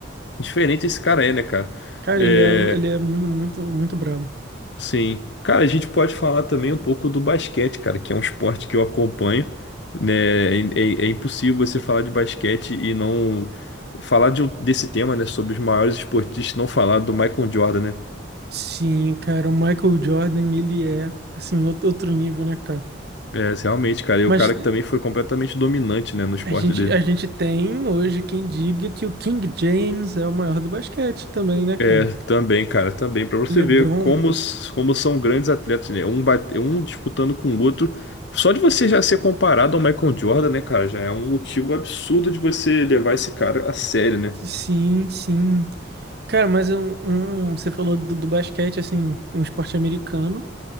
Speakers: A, on the left; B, on the right.
A: diferente esse cara é, né, cara?
B: Cara,
A: É,
B: ele é, ele é muito, muito, muito brabo.
A: assim, cara, a gente pode falar também um pouco do basquete, cara, que é um esporte que eu acompanho, né? É, é- é impossível você falar de basquete e não falar de, um, desse tema, né, sobre os maiores esportistas, não falar do Michael Jordan, né?
B: Sim, cara, o Michael Jordan, ele é, assim, outro, outro nível, né, cara?
A: É, realmente, cara. E
B: Mas
A: o cara que também foi completamente dominante, né, no esporte
B: a gente,
A: dele.
B: a gente tem hoje quem diga que o King James é o maior do basquete também, né, cara?
A: É, também, cara, também. Pra você
B: LeBron,
A: ver como, s- como são grandes atletas, né? Um, bate, um disputando com o outro. Só de você já ser comparado ao Michael Jordan, né, cara? Já é um motivo absurdo de você levar esse cara a sério, né?
B: sim, sim. Cara, mas um, um- você falou do, do basquete, assim, um esporte americano.